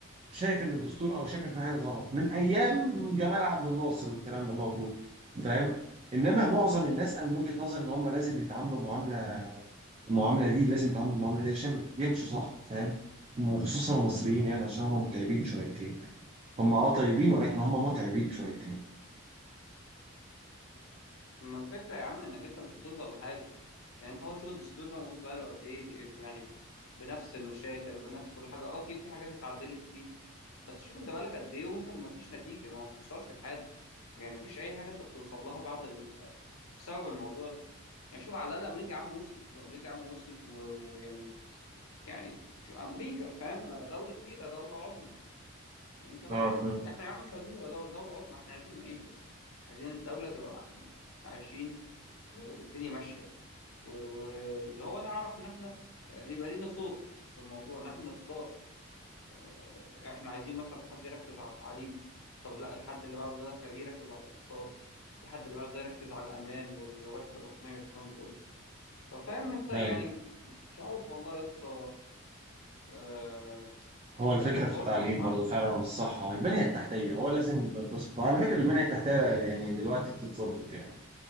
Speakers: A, on the right; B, on the left.
A: شايف ان الدستور او شايف ان في حاجه غلط من ايام جمال عبد الناصر والكلام ده موجود فاهم انما معظم الناس انا من وجهه نظري ان هم لازم يتعاملوا معامله المعامله دي لازم يتعاملوا المعامله دي عشان يمشوا صح فاهم وخصوصا المصريين يعني عشان هم متعبين شويتين هم اه طيبين ولكن هم متعبين شويتين
B: ما الفكره يا عم انك انت مش بتوصل لحاجه يعني انت هو شغل الدستور ده موجود بقاله قد ايه يعني بنفس المشاكل بنفس كل حاجه اه اكيد في حاجات اتعدلت فيه بس شوف انت بقالك قد ايه وانت ما فيش نتيجه ما بتوصلش لحاجه يعني ما فيش اي حاجه انت بتوصل لها بعد ال... بسبب الموضوع ده يعني شوف على الاقل امريكا يا عم وصلت وامريكا يا عم وصلت و- ويعني يعني يعني شو امريكا فاهم دوله كبيره دوله عظمى انت بقى
A: اه
B: المفروض
A: فاهم
B: احنا يا عم مش عايزين نبقى دوله دوله عظمى احنا عايزين نعيش بس عايزين الدوله تبقى عايشين والدنيا ماشيه و- و- واللي هو نعرف ان احنا آه، يبقى لينا صوت في الموضوع ان احنا نختار آه، احنا عايزين مثلا حد يركز على التعليم طب لا الحد اللي بعده ده خليه يركز على الاقتصاد الحد اللي بعده ده يركز على الامان والوحده الوطنيه والكلام ده كله ففاهم انت يعني
A: ايوه
B: مش عارف والله يا اسطى آه،
A: هو الفكره
B: الموضوع
A: في التعليم
B: بيبقى صعب
A: برضه
B: يا
A: فعلا
B: اسطى
A: والصحه البنيه التحتيه هو لازم تتظبط وعلى فكره البنيه التحتيه يعني دلوقتي بتتظبط يعني